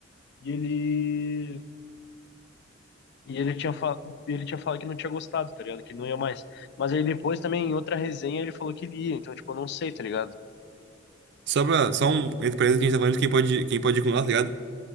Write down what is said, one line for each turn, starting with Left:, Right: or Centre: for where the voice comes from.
Left: e ele e ele tinha falado, ele tinha falado que não tinha gostado, tá ligado? Que não ia mais. Mas aí depois também em outra resenha ele falou que ele ia, então tipo, eu não sei, tá ligado?
Right: Só, pra, só um entre parênteses que a gente tá falando de quem pode, quem pode ir com nós, tá ligado?